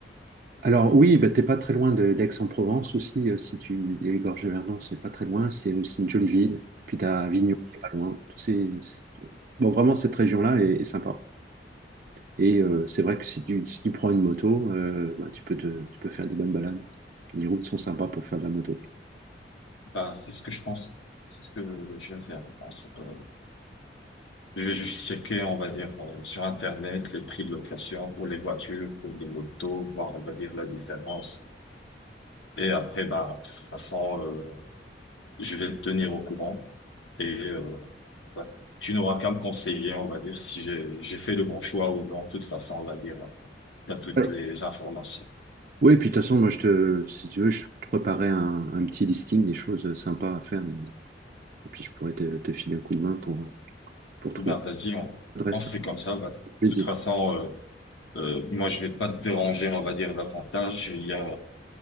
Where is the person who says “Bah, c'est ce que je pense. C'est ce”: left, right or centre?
Left